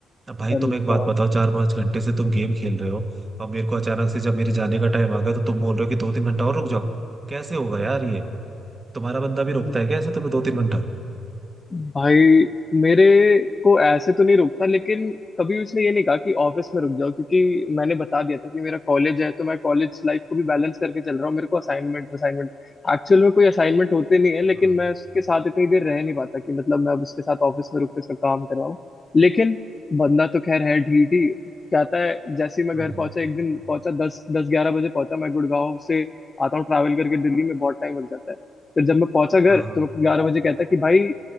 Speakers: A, on the right; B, on the left.
A: अब भाई
B: अरे
A: तुम एक बात
B: बाप
A: बताओ चार पांच घंटे से तुम गेम खेल रहे हो अब मेरे को अचानक से जब मेरे जाने का टाइम आ गया तो तुम बोल रहे हो कि दो तीन घंटा और रुक जाओ कैसे होगा यार ये तुम्हारा बंदा भी रोकता
B: हम्म।
A: है क्या ऐसे तुम्हें दो तीन घंटा
B: भाई मेरे को ऐसे तो नहीं रोकता लेकिन कभी उसने ये नहीं कहा कि ऑफिस में रुक जाओ क्योंकि मैंने बता दिया था कि मेरा कॉलेज है तो मैं कॉलेज लाइफ को भी बैलेंस करके चल रहा हूँ मेरे को असाइनमेंट असाइनमेंट एक्चुअल में कोई असाइनमेंट होते नहीं है
A: हाँ
B: लेकिन मैं उसके साथ इतनी देर रह नहीं पाता कि मतलब मैं अब उसके साथ ऑफिस में रुक के उसका काम करवाऊँ लेकिन बंदा तो खैर है ढीठ ही कहता है जैसे ही मैं
A: हाँ
B: घर पहुंचा
A: हाँ
B: एक दिन पहुंचा दस दस ग्यारह बजे पहुंचा मैं गुड़गांव से आता हूँ ट्रैवल करके दिल्ली में बहुत टाइम लग जाता है फिर जब मैं पहुंचा घर
A: हाँ
B: तो
A: हाँ,
B: मेरे को ग्यारह बजे कहता है कि भाई